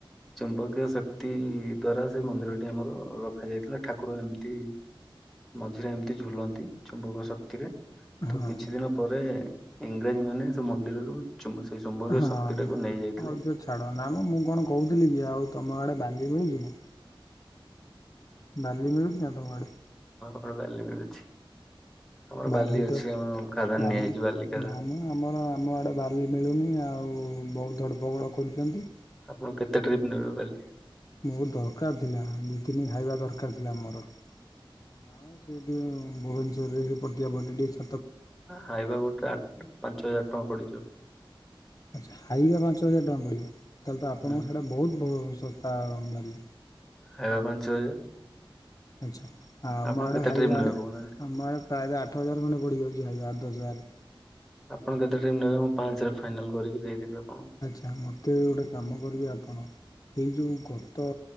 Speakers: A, in the centre; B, on the left.
A: ଚୁମ୍ବକୀୟ ଶକ୍ତି ଦ୍ଵାରା ସେ ମନ୍ଦିରଟି ଆମର ରଖାଯାଇଥିଲା ଠାକୁର ଏମିତି ମଝିରେ ଏମିତି ଝୁଲନ୍ତି ଚୁମ୍ବକ ଶକ୍ତିରେ। ତ
B: ହଁ ହଁ
A: କିଛି ଦିନ ପରେ ଇଂରାଜୀ ମାନେ ସେ ମନ୍ଦିରରୁ ଚୁମ୍ବ ସେଇ ଚୁମ୍ବକୀୟ
B: ହଁ
A: ଶକ୍ତି ଟାକୁ ନେଇଯାଇଥିଲେ
B: ହଉ ଦିଅ ଛାଡ ନା ମ ମୁଁ କଣ କହୁ ଥିଲି କି ଆଉ ତମ ଆଡ଼େ ବାଲି ମିଳୁଛି ନା? ବାଲି ମିଳୁଛି ନା ତମ ଆଡେ?
A: ହଁ ବାଲି ମିଳୁଛି। ଆମର
B: ବାଲି
A: ଅଛି
B: ତ
A: ଆମର ଖାଦାନ
B: ବାଲି
A: ନିଆ ହେଇଛି ଖାଦାନ
B: ନା ଆମ ଆମର ଆମ ଆଡ଼େ ବାଲି ମିଳୁନି ଆଉ ବହୁତ ଧଡ଼ପଗଡ଼ କରୁଛନ୍ତି।
A: ଆପଣ କେତେ ଟ୍ରିପ୍ ନେବେ ବାଲି?
B: ମୋର ଦରକାର ଥିଲା ଦି ତିନି ହାଇବା ଦର କାର ଥିଲା ମୋର ଆଉ ନା ମ ସେଇଠି ଭୁବନେଶ୍ୱରରେ ସେ ପଟିଆ ପଟେ ଟିକ
A: ହାଇବା ଗୋଟେ ଆଠ ପାଞ୍ଚ ହଜାର ଟଙ୍କା ପଡିଯିବ।
B: ଆଛା ହାଇବା ପାଞ୍ଚ ହଜାର ଟଙ୍କା ପଡିବ ତାହେଲେ ତ ଆପଣଙ୍କୁ
A: ହୁଁ
B: ସେଇଟା ବହୁତ ବ ଶସ୍ତା ବାଲି।
A: ହାଇବ ପାଞ୍ଚ ହଜାର।
B: ଆଛା ଆମ
A: ଆପଣ
B: ଆଡେ
A: କେତେ
B: ହାଇବା
A: ଟ୍ରିପ୍ ନେବେ
B: ଆଡ଼େ
A: କହୁନାହାନ୍ତି
B: ଆମ ଆଡେ ପ୍ରାୟତଃ ଆଠ ହଜାର ଖଣ୍ଡେ ପଡି ଯାଉଛି ହାଇବା ଦଶ ହଜାରେ।
A: ଆପଣ କେତେ ଟାଇମ୍ ନେବେ ମୁଁ ପାଞ୍ଚରେ ଫାଇନାଲ କରିକି ଦେଇଦେବି ଆପଣଙ୍କୁ।
B: ଆଚ୍ଛା ମୋତେ ଗୋଟେ କାମ କରିବେ ଆପଣ ଏଇ ଯୋଉ ଗତ